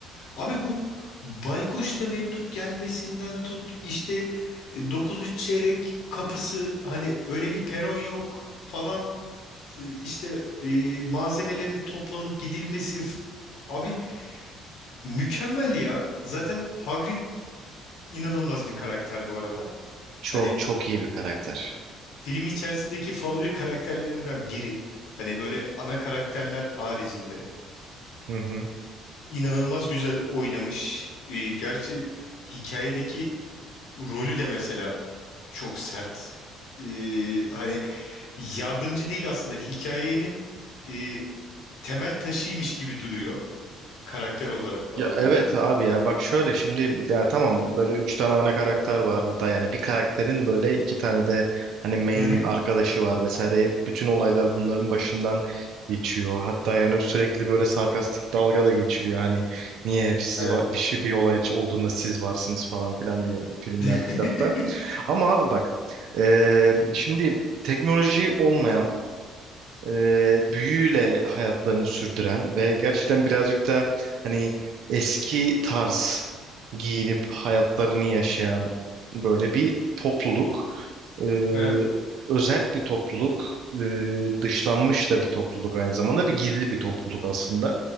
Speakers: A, on the left (about 70°); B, on the right (about 55°).
A: Abi bu Baykuş'ta mektup gelmesinden tut işte e, dokuz üç çeyrek kapısı hani öyle bir peron yok falan e, işte e, malzemelerin toplanıp gidilmesi f- abi mükemmel ya. Zaten Hagrid inanılmaz bir karakter bu arada.
B: Çok
A: Hani
B: çok iyi bir karakter.
A: film içerisindeki favori karakterlerimden biri. Hani böyle ana karakterler haricinde.
B: Hı hı.
A: inanılmaz güzel oynamış. Ee, gerçi hikayedeki rolü de mesela çok sert. Ee, hani yardımcı değil aslında hikayenin e, temel taşıymış gibi duruyor karakter olarak falan
B: Ya evet
A: böyle.
B: abi ya bak şöyle şimdi ya tamam böyle üç tane ana karakter var hatta yani bir karakterin böyle iki tane de hani main
A: Hı hı.
B: arkadaşı var vesaire hep bütün olaylar bunların başından geçiyor hatta yani sürekli böyle sarkastik dalga da geçiriyor hani niye hep siz
A: Evet.
B: var bir şey bir olay olduğunda siz varsınız falan filan diye filmlerde
A: <laughs>
B: kitapta ama abi bak eee, şimdi teknoloji olmayan e, büyüyle hayatlarını sürdüren ve gerçekten birazcık da hani eski tarz giyinip hayatlarını yaşayan böyle bir topluluk. E,
A: Evet.
B: özerk bir topluluk. e, dışlanmış da bir topluluk aynı zamanda ve gizli bir topluluk aslında.